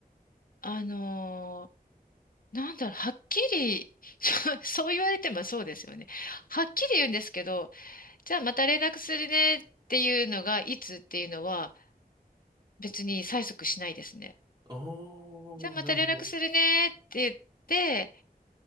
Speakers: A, on the left (about 65°); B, on the right (about 25°).
A: あのーなんだろう、はっきり、<laughs> そうそう言われてもそうですよね。はっきり言うんですけど、じゃあまた連絡するねっていうのが、いつっていうのは別に催促しないですね。
B: ああー、
A: じゃあまた連絡するねって言って、
B: なるほど。